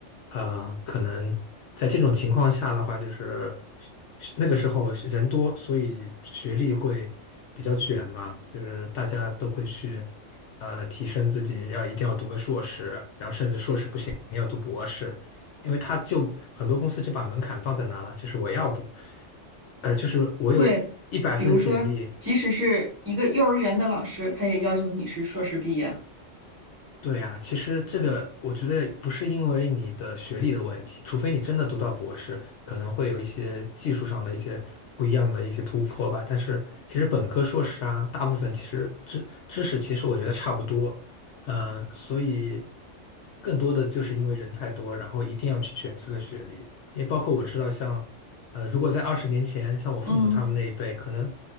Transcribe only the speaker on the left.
呃，可能在这种情况下的话，就是那个时候人多，所以学历会比较卷嘛，就是大家都会去，呃，提升自己，要一定要读个硕士，然后甚至硕士不行要读博士，因为他就很多公司就把门槛放在那了，就是我要不，呃，就是我有一百份简历。
对啊，其实这个我觉得不是因为你的学历的问题，除非你真的读到博士，可能会有一些技术上的一些不一样的一些突破吧。但是其实本科、硕士啊，大部分其实知知识其实我觉得差不多，嗯、所以更多的就是因为人太多，然后一定要去卷这个学历。也包括我知道像，呃，如果在二十年前，像我父母他们那一辈，
可能